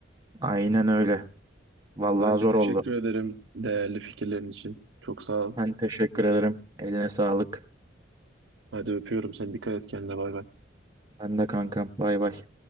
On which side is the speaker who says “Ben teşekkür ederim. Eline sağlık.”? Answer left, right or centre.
Right